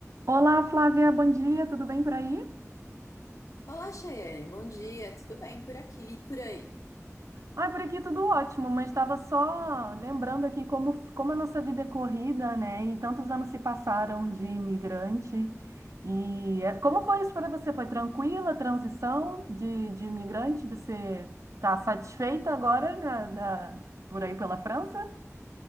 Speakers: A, on the right; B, on the left.
A: Olá, Flávia, bom dia, tudo bem por aí?
B: Olá, Chayane. Bom dia. Tudo bem por aqui e por aí?
A: Ai, por aqui tudo ótimo, mas estava só lembrando aqui como, como a nossa vida é corrida, né? E tantos anos se passaram de imigrante. E é, como foi isso para você? Foi tranquila a transição de, de imigrante? Você está satisfeita agora na, na- por aí pela França?